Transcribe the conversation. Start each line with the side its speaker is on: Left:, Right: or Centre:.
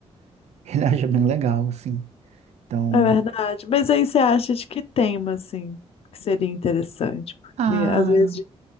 Right: <laughs> ele acha bem legal, assim. Então,
Left: É verdade. Mas aí você acha de que tema, assim, que seria interessante? Porque
Right: ah,
Left: às vezes.